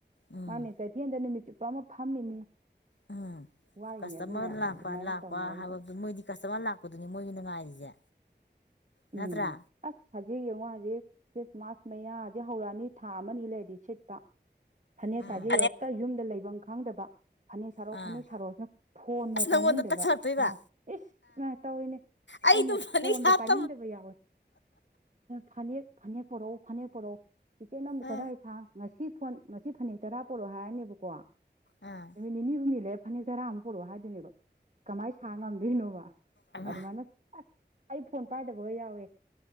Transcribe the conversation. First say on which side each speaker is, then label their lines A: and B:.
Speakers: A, on the left; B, on the right.
A: ꯎꯝ
B: ꯃꯥꯅꯦ ꯀꯩꯊꯦꯜꯗ ꯅꯨꯃꯤꯠ ꯆꯨꯞꯄ ꯑꯃ ꯐꯝꯃꯤꯅꯤ <inaudible>
A: ꯎꯝ ꯀꯁꯇꯃꯔ
B: ꯑꯗꯨꯅ
A: ꯂꯥꯛꯄ
B: ꯑꯗꯨꯃꯥꯏꯅ
A: ꯂꯥꯛꯄ
B: ꯇꯧꯅꯔꯤꯕ
A: ꯍꯥꯏꯕꯗꯨ ꯃꯣꯏꯗꯤ ꯀꯁꯇꯃꯔ ꯂꯥꯛꯄꯗꯨꯅꯤ ꯃꯣꯏꯒꯤꯅ ꯉꯥꯏꯔꯤꯁꯦ ꯅꯠꯇ꯭ꯔꯥ
B: ꯎꯝ ꯑꯁ ꯍꯧꯖꯤꯛ ꯌꯦꯡꯉꯣ ꯍꯧꯖꯤꯛ ꯈ꯭ꯔꯤꯁꯃꯥꯁ ꯃꯌꯥꯁꯦ ꯍꯧꯔꯛꯑꯅꯤ ꯊꯥ ꯑꯃꯅꯤ ꯂꯩꯔꯗꯤ ꯁꯤꯠꯄ ꯐꯅꯦꯛ
A: ꯎꯝ
B: ꯀꯥꯏꯁꯦ ꯍꯦꯛꯇ ꯌꯨꯝꯗ ꯂꯩꯐꯝ ꯈꯪꯗꯕ ꯐꯅꯦꯛ ꯁꯥꯔꯣ
A: ꯑꯥ
B: ꯐꯅꯦꯛ ꯁꯥꯔꯣꯁꯤꯅ ꯐꯣꯟꯒ
A: ꯑꯁ
B: ꯄꯥꯏꯅꯤꯡꯗꯕ
A: ꯅꯪꯉꯣꯟꯗ ꯇꯛꯁꯜꯂꯛꯇꯣꯏꯕ
B: ꯌꯥ ꯏꯁ ꯇꯧꯔꯤꯅꯦ
A: ꯑꯩꯗꯨꯝ
B: ꯑꯩꯅ
A: ꯐꯅꯦꯛ
B: ꯐꯣꯟꯒ
A: ꯁꯕ
B: ꯄꯥꯏꯅꯤꯡꯗꯕ ꯌꯥꯎꯋꯦ ꯐꯅꯦꯛ ꯐꯅꯦꯛ ꯄꯣꯔꯛꯎ ꯐꯅꯦꯛ ꯄꯣꯔꯛꯎ ꯏꯆꯦꯅ ꯑꯃꯨꯛ ꯀꯗꯥꯏ
A: ꯑ
B: ꯁꯥꯥꯡ ꯉꯁꯤ ꯐꯣꯟ ꯉꯁꯤ ꯐꯅꯦꯛ ꯇꯔꯥ ꯄꯣꯔꯛꯑꯣ ꯍꯥꯏꯔꯅꯦꯕꯀꯣ
A: ꯑꯥ
B: ꯅꯨꯃꯤꯠ ꯅꯤꯅꯤ ꯍꯨꯝꯅꯤ ꯂꯩꯔ ꯐꯅꯦꯛ ꯇꯔꯥ ꯑꯃꯨꯛ ꯄꯨꯔꯛꯑꯣ ꯍꯥꯏꯗꯣꯏꯅꯦꯕ ꯀꯃꯥꯏꯅ ꯁꯥ ꯉꯝꯗꯣꯏꯅꯣꯕ
A: ꯑꯃ
B: ꯑꯗꯨꯃꯥꯏꯅ ꯑꯁ ꯑꯩ ꯐꯣꯟ ꯄꯥꯏꯗꯕ ꯌꯥꯎꯋꯦ